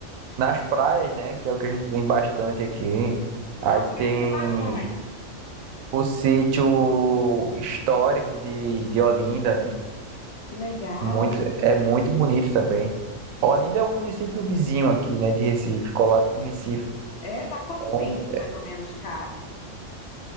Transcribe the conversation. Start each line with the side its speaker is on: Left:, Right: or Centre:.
Right: nas praias, né? Que é o que a gente tem bastante aqui.
Left: Não
Right: Aí
Left: quero
Right: tem
Left: tubarões.
Right: o sítio histórico de, de Olinda, né?
Left: Que legal.
Right: Muito, é muito bonito também. Olinda é um município vizinho aqui, né, de Recife, colado com Recife.
Left: É, dá quanto
Right: Então,
Left: tempo, mais ou menos, de carro?